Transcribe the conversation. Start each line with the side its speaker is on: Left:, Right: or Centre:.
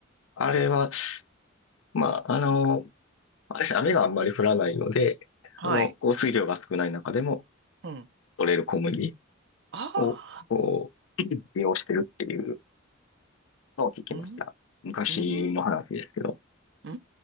Left: あれは、まあ、あの、あれですね雨があんまり降らないので、
Right: う。
Left: その降水量が少ない中でも
Right: はい。うん。
Left: 取れる小麦
Right: ああ、
Left: を、こう、<laughs> 利用してるっていうのを聞きました。
Right: うん、
Left: 昔の話ですけど。
Right: うん、う